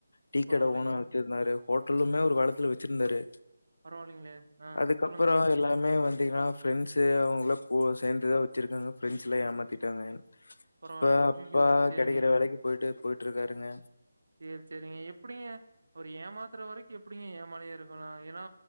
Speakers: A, on the left (about 75°); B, on the right (about 65°).
A: டீக்கட
B: பரவால்லைங்க.
A: ஓனா வச்சிருந்தாரு ஹோட்டலுமே ஒரு காலத்துல வெச்சுருந்தாரு
B: பரவால்லைங்களே! ஆ
A: அதுக்கப்பறோ
B: சொல்லுங்க.
A: எல்லாமே வந்தீங்னா ஃப்ரெண்ட்ஸு அவுங்கங்ளா சேந்து தா வெச்சிருக்காங்க ஃப்ரெண்ட்ஸ் எல்லா ஏமாத்திட்டாங்க
B: பரவால்ல.
A: இப்ப அப்பா
B: ஐய்யயோ! சரிங்க.
A: கெடக்குற வேலைக்கு போயிட்டு போயிட்டு இருக்காருங்க
B: சேரி சேரிங்க எப்டிங்க அவர் ஏமாத்துற வரைக்கு எப்டிங்க ஏமாளியா இருக்கலா ஏன்னா